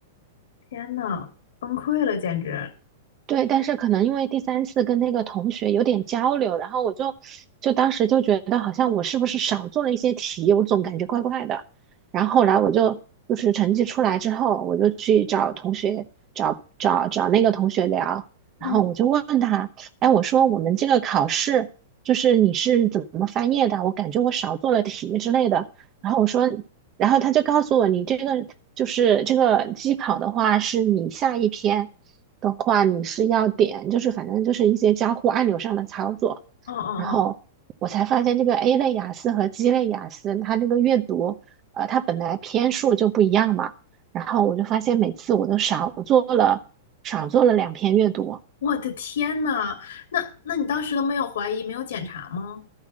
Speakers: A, on the left (about 85°); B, on the right (about 30°).
A: 天呐，崩溃了，简直。
B: 对，但是可能因为第三次跟那个同学有点交流，然后我就就当时就觉得好像我是不是少做了一些题，我总感觉怪怪的。然后后来我就就是成绩出来之后，我就去找同学，找找找那个同学聊，
A: 嗯，
B: 然后我就问他，哎，我说我们这个考试就是你是怎么翻页的？我感觉我少做了题之类的。然后我说，然后他就告诉我，你这个就是这个机考的话，是你下一篇。的话，你是要点，就是反正就是一些交互按钮上的操作。
A: 哦哦哦。
B: 然后我才发现，这个 A 类雅思和 G 类雅思，它那个阅读，呃，它本来篇数就不一样嘛。然后我就发现，每次我都少做了少做了两篇阅读。
A: 我的天呐，那那你当时都没有怀疑，没有检查吗？